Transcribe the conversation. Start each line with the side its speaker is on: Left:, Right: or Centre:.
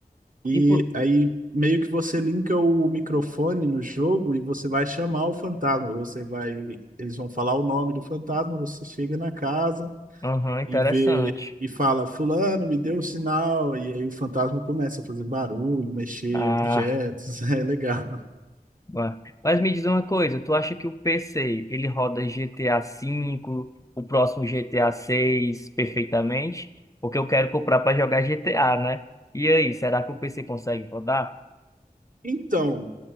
Right: E
Left: E por...
Right: aí meio que você linka o microfone no jogo e você vai chamar o fantasma. Você vai, eles vão falar o nome do fantasma, você chega na casa
Left: Aham, interessante.
Right: e vê e fala, fulano, me deu um sinal, e aí o fantasma começa a fazer barulho, mexer
Left: Ah,
Right: objetos, <laughs> é legal.
Left: ué. mas me diz uma coisa, tu acha que o PC, ele roda GTA V, o próximo GTA seis perfeitamente? Porque eu quero comprar para jogar GTA, né? E aí, será que o PC consegue rodar?
Right: Então,